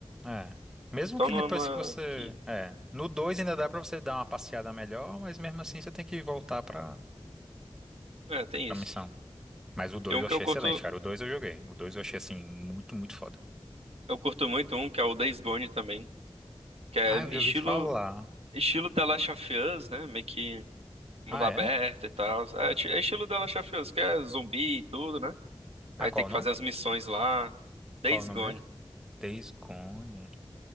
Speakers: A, in the centre; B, on the right.
A: É. Mesmo
B: Então
A: que
B: não,
A: depois
B: não
A: que você.
B: é que...
A: É. No 2 ainda dá pra você dar uma passeada melhor, mas mesmo assim você tem que voltar pra,
B: É, tem
A: pra
B: isso.
A: missão. Mas o 2
B: Tem um
A: eu
B: que
A: achei
B: eu curto.
A: excelente, cara. O 2 eu joguei. O 2 eu achei, assim, muito, muito foda.
B: Eu curto muito um que é o Days Gone também, que é
A: Ah, eu já
B: estilo
A: ouvi falar.
B: estilo The Last of Us, né? Meio que mundo
A: Ah,
B: aberto
A: é?
B: e tal. É, é ti- é estilo The Last of Us, que é zumbi e tudo, né?
A: Ah,
B: Aí
A: qual
B: tem que
A: o nome?
B: fazer as missões lá. Days
A: Qual o nome
B: Gone.
A: dele? Days Gone.